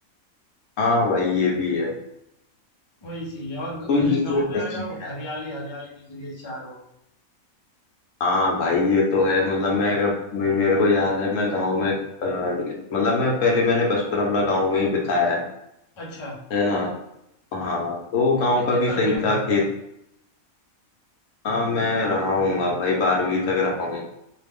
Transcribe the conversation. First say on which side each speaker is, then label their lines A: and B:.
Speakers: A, on the left (about 70°); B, on the left (about 30°).
A: हाँ भाई ये भी है
B: वही चीज है और ग-
A: तो ये
B: यहीं
A: भी
B: गांव
A: एक
B: में
A: different-
B: आ जाओ हरियाली हरियाली दिख रही है चारों ओर
A: हाँ भाई ये तो है मतलब मैं मे- मेरे को याद है मैं गांव में अ, मतलब मैं पहले मैंने बचपन अपना गांव में ही बिताया है
B: अच्छा
A: है ना हाँ तो गांव
B: कितने
A: का
B: साल
A: भी सही
B: रहे हो गाँव
A: था
B: में
A: खेत
B: भाई
A: हाँ मैं रहा हूँगा भाई बारहवीं तक रहा हूँ